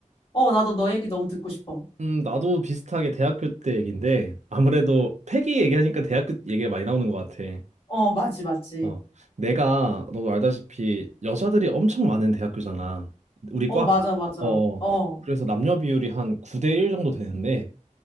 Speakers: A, on the left; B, on the right.
A: 어, 나도 너 얘기 너무 듣고 싶어.
B: 음, 나도 비슷하게 대학교 때 얘기인데, 아무래도 패기 얘기하니까 대학교 얘기가 많이 나오는 것 같아.
A: 어, 맞지, 맞지.
B: 어. 내가, 너도 알다시피, 여자들이 엄청 많은 대학교잖아. 우리
A: 어,
B: 과가.
A: 맞아, 맞아.
B: 어. 어.
A: 어,
B: 그래서 남녀 비율이 한 9대 1 정도 되는데,